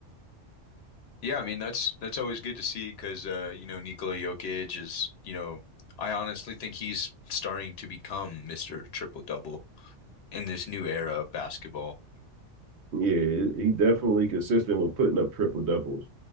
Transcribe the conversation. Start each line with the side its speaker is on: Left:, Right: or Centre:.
Left: Yeah, I mean that's that's always good to see because uh, you know Nikola Jokic is you know I honestly think he's starting to become Mr. Triple Double in this new era of basketball.
Right: Yeah, he definitely consistent with putting up triple doubles.